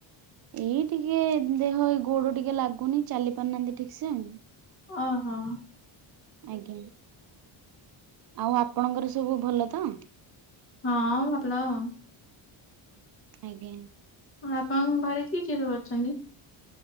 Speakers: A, on the right; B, on the left.
A: ଏଇ ଟିକେ ଦେହ ଏଇ ଗୋଡ ଟିକେ ଲାଗୁନି, ଚାଲି ପାରୁନାହାନ୍ତି ଠିକ୍ ସେ ଆଉ।
B: ଓ ହୋ।
A: ଆଜ୍ଞା ଆଉ ଆପଣଙ୍କର ସବୁ ଭଲ ତ?
B: ହଁ ଭଲ ଆଉ।
A: ଆଜ୍ଞା।
B: ହଁ ଆପଣଙ୍କ ଘରେ କିଏ କିଏ ସବୁ ଅଛନ୍ତି?